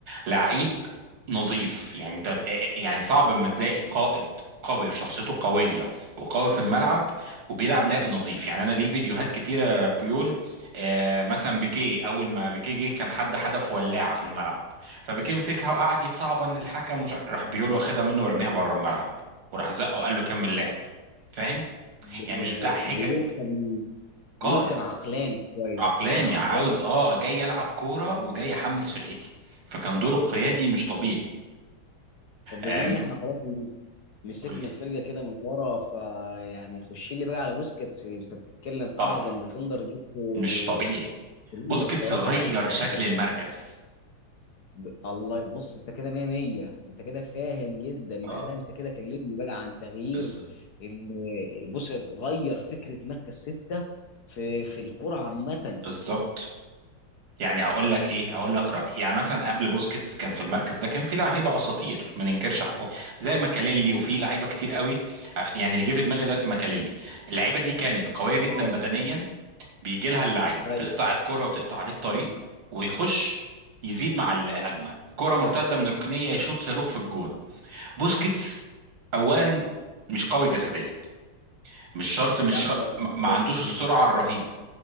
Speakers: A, on the right; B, on the left.
A: لعيب نظيف يعني انت يعني صعب اما تلاقي قائد قوي وشخصيته قوية وقوي في الملعب وبيلعب لعب نظيف يعني انا ليه فيديوهات كتيرة بيقول آه مثلا بيكيه اول ما بيكيه جه كان حد حدف ولاعة في الملعب فبيكيه مسكها وقعد يتصعبن الحكم وش... راح بيقول واخدها منه ورميها بره الملعب وراح زقه وقال له كمل لعب فاهم
B: ب-
A: يعني مش بتاع حجج
B: بيقول كان
A: قائد
B: بيقول كان عقلاني شويه
A: عقلاني
B: كان عقلاني
A: عاوز اه جاي العب كوره وجاي احمس فرقتي فكان دوره القيادي مش طبيعي
B: طب بما
A: آم،
B: ان احنا خلاص مسكنا
A: قول لي
B: الفرقه كده من ورا فيعني خش لي بقى على بوسكيتس انت بتتكلم
A: طبعا
B: اعظم ديفندر جبته
A: مش طبيعي
B: في الأمم
A: بوسكيتس
B: بصراحه
A: غير
B: يعني ف-
A: شكل
B: ف-
A: المركز
B: ب- الله بص انت كده 100 100 انت كده فاهم جدا لا
A: اه
B: لا انت كده كلمني بقى عن تغيير
A: بالظبط
B: ان بص غير فكره مركز سته في في الكره عامه
A: بالظبط يعني هقول لك ايه هقول لك رايي يعني مثلا قبل بوسكيتس كان في المركز ده كان في لعيبه اساطير ما ننكرش حقه زي ماكاليلي وفي لعيبه كتير قوي عف- يعني اللي جه في دماغي دلوقتي ماكاليلي اللعيبه دي كانت قويه جدا
B: اه
A: بدنيا بيجي لها اللعيب
B: ايوه
A: تقطع الكرة وتقطع عليه الطريق ويخش يزيد مع الهجمة كرة مرتدة من ركنية يشوط صاروخ في الجون بوسكيتس أولا مش قوي جسديا مش شرط
B: لا
A: مش شرط
B: طبعا مش
A: ما
B: هيجي
A: عندوش
B: في
A: السرعة
B: دي.
A: الرهيبة